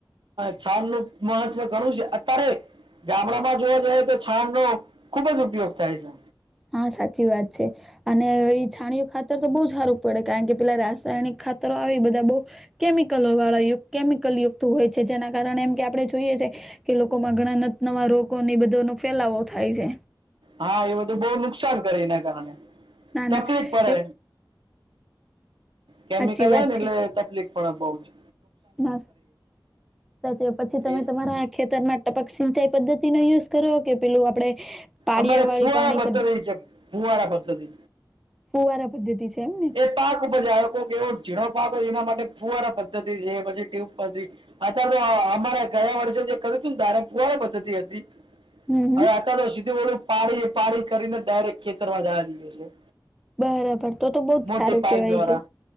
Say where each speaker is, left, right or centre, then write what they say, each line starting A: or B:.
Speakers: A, on the right; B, in the centre.
A: હ છાલ નું મહત્વ ઘણું છે અત્યારે. ગામડામાં જોવા જઈએ તો છાણ નો ખુબ જ ઉપયોગ થાય છે.
B: હા સાચી વાત છે. અને એ છાણીું ખાતર તો બહુ સારું પડે કારણ કે પેલા રાસાયણિક ખાતરો આવી બધા બહ કેમિકલો વાળા યુકત કે, મિકલ યુક્ત હોય છે, જેના કારણે એમ કે આપણે જોઈએ છે. કે લોકોમાં ઘણા નવા રોગો ની બધો નો ફેલાવો થાય છે.
A: હા, એ બધું બહુ નુકસાન કરે, એના કારણે
B: ના, ના,
A: તકલીફ પડે
B: એ
A: કેમિકલ
B: સાચી વાત
A: હો ને, એટલે
B: છે.
A: તકલીફ પણ અભાવ છે.
B: ના, સાચે પછી તમે
A: એ
B: તમારા ખેતરમાં ટપક સિંચાઈ પદ્ધતિ નો યુઝ કરો કે, પેલું આપણે પાળિયાવાળી
A: અમારે ફૂવારા
B: પાણી
A: પદ્ધતિ છે, ફૂવારા પદ્ધતિ
B: ફુવારા પદ્ધતિ છે, એમને
A: એ પાક બજાય કો, કે એવો ઝીણો પાક હોય, એના માટે ફુવારા પદ્ધતિ છે, પછી ટ્યુબ પરધી અત્યારે તો અમારા ગયા વર્ષે જે કર્યું હતું ને, ધારે કુવારે પ્તી હતી.
B: હમ હમ
A: હવે અહઆતો સીધું ઓળું પાડી પાડી કરીને ડાયરેક્ટ ખેતરમાં જવા દઈએ છે.
B: બરાબર, તો તો બહુ જ
A: મોટી
B: સારું
A: પાઇપ
B: કેવાય,
A: દ્વારા